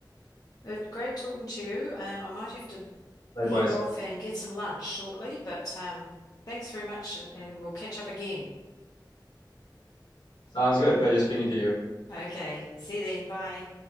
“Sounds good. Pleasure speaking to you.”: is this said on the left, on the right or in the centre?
Left